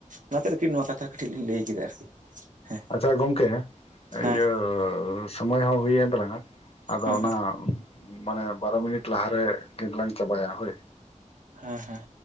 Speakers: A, on the right; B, on the left.
A: ᱚᱱᱟᱛᱮ, ᱟᱨᱠᱤ ᱱᱚᱣᱟ ᱠᱟᱛᱷᱟ ᱠᱟᱹᱴᱤᱡ ᱞᱤᱧ ᱞᱟᱹᱭ ᱠᱮᱫᱟ ᱟᱨᱠᱤ᱾ ᱦᱮᱸ
B: ᱟᱪᱪᱷᱟ ᱜᱚᱝᱠᱮ
A: ᱦᱮᱸ
B: ᱤᱭᱟᱹᱻ
A: ᱦᱮᱸ
B: ᱥᱚᱢᱚᱭ ᱦᱚᱸ ᱦᱩᱭᱮᱱ ᱛᱟᱞᱟᱝᱼᱟ᱾ ᱟᱫᱚ
A: ᱦᱮᱸ
B: ᱚᱱᱟ ᱢᱟᱱᱮ ᱵᱟᱨᱚ ᱢᱤᱱᱤᱴ ᱞᱟᱦᱟᱨᱮ ᱴᱮᱰ ᱞᱟᱝ ᱪᱟᱵᱟᱭᱟ ᱦᱳᱭ᱾
A: ᱦᱮᱸ ᱦᱮᱸ᱾